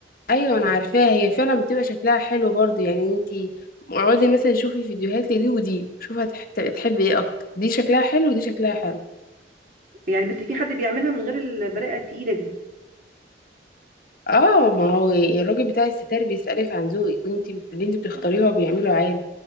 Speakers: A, on the left; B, on the right.
A: ايوه انا عارفاها هي فعلا بتبقى شكلها حلو برضو يعني انتي اقعدي مثلا شوفي فيديوهات لدي ودي شوفي هتحبي ايه اكتر دي شكلها حلو ودي شكلها حلو
B: يعني بس في حد بيعملها من غير البرقه التقيله دي
A: اه ما هو الراجل بتاع الستاير بيسألك عن ذوقك وانت اللي انت بتختاريه هو بيعمله عادي